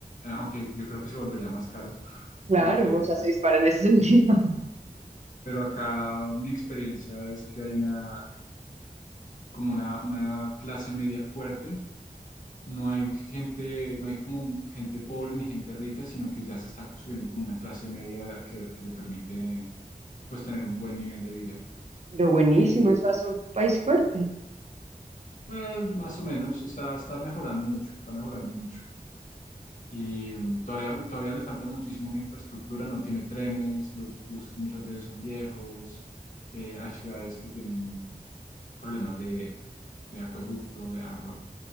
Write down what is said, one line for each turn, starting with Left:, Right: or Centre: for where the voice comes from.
Left: aunque yo creo que se volvería más caro <laughs>
Right: claro,
Left: de lo que
Right: o
Left: es.
Right: sea, se disparan en ese sentido. <laughs>
Left: Pero acá mi experiencia es que hay una, como una, una clase media fuerte. No hay gente, no hay como gente pobre ni gente rica, sino que ya se está construyendo como una clase media que, que le permite pues tener un buen nivel de vida.
Right: Pero buenísimo,
Left: Eh,
Right: eso hace un país fuerte.
Left: pues más o menos, está, está mejorando mucho, está mejorando mucho. Y mm, todavía, todavía le falta muchísimo la infraestructura, no tiene trenes, los buses muchas veces son viejos, eh, hay ciudades que tienen problemas de, de acueducto, de agua,